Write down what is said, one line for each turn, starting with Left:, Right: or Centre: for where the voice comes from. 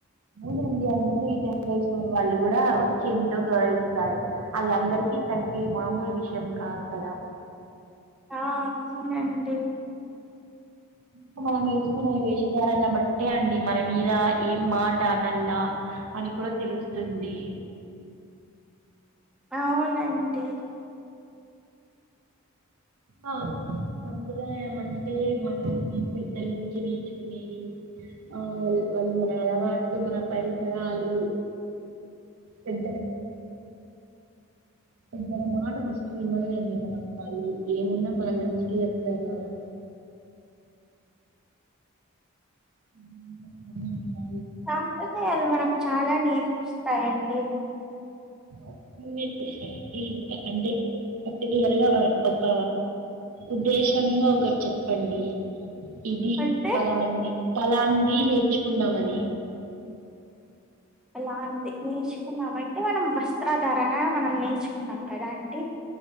Right: అవునండి అందుకె ఇతర దేశాల వాళ్ళు కూడా వచ్చి ఎంతో గౌరవిస్తారు అది అందరికిీ తగ్గే మామూలు విషయం కాదు కదా
Centre: ఆ అవునండి
Right: ఇంకా మనం వేసుకునే వేషధారన్ని బట్టే అండి మన మీద ఏం మాట అనల్ల అని కూడా తెలుస్తుంది
Centre: అవునండి
Right: ఆ సంప్రదాయం అంటే మనం పెద్దల నుంచి నేర్చుకునేది ఆ వాళ్ళు మన అలవాట్లు మన పరిసరాలు పెద్దల <inaudible> పెద్దాల మాట ఫస్ట్ విన్నాళ్ల అండి మనం <unintelligible> ఏమున్నా మన మంచికె చెప్తారు కదా ఉ
Centre: సాంప్రదాయాలు మనకు చాలా నేర్పిస్ టాయండి
Right: <inaudible> అండి ఇంకా అంటే పర్టికులర్గా ఒక ఉద్దేశంగా ఒకర్ చెప్పు ప్పండి ఇది
Centre: అయితే
Right: చాలా మంది తలాంది నేర్చుకుందమని
Centre: అలా అంటే నేర్చుకునం అంటే మనం వస్త్రాధారన మనం నేర్చుకుంనం కదా అండి